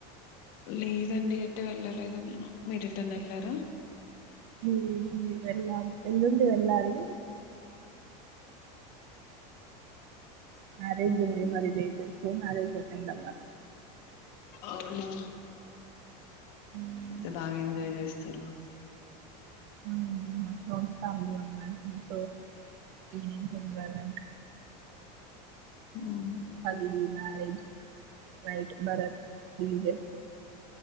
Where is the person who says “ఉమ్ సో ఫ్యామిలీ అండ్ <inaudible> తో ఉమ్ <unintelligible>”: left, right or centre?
Right